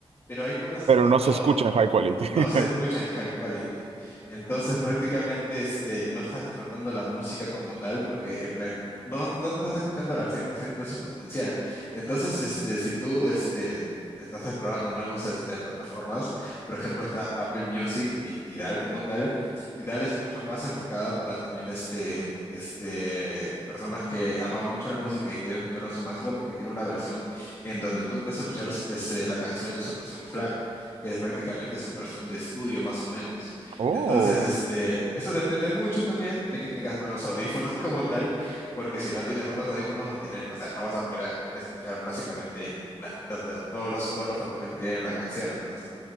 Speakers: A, on the left; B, on the right.
A: pero hay como, es-
B: pero no
A: no,
B: se escucha en high quality.
A: n- no se escucha
B: <laughs>
A: en high quality. Entonces, prácticamente, este, no estás disfrutando la música como tal, porque en plan, no, no te estás escuchando al 100% de su potencial. Entonces, este, si tú, este, estás explorando nuevos, este, plataformas, por ejemplo, está Apple Music y Tidal como tal, Tidal es mucho más enfocada para también este, este, personas que aman mucho la música y quieren escucharla a su máximo porque tiene una versión en donde tú puedes escuchar este, la canción en su versión FLAC, que es prácticamente su versión de estudio más o menos.
B: Oh,
A: Entonces, este, eso depende mucho también de que tengas buenos audífonos <laughs> como tal, porque si no tienes buenos audífonos, no tienes, o sea, no vas a poder a- escuchar básicamente na- o sea, todos los, todos los factores que tienen en la canción. Entonces,